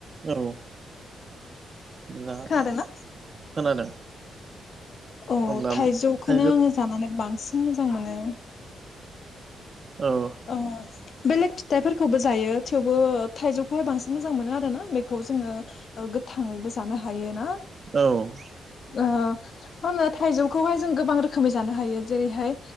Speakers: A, on the right; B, on the left.
A: औ मोजां
B: खोनादोंना
A: खोनादों
B: औ
A: अब्ला
B: थाइजौखौनो
A: थाइजौ
B: आङो जानानै बांसिन मोजां मोनो
A: औ
B: ओ बेलेग फिथाइफोरखौबो जायो थेवबो थायजौखौहाय बांसिन मोजां मोनो आरो ना बे खौ जोङो गोथाङैबो जानो हायो ना
A: औ
B: ओ मा होनो थाइजौखौहाय जों गोबां रोखोमै जानो हायो जेरैहाय